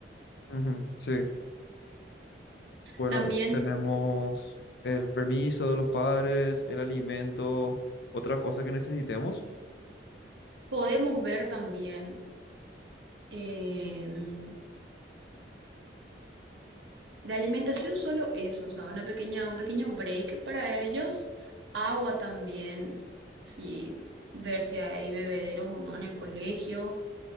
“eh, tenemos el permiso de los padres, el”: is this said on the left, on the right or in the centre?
Left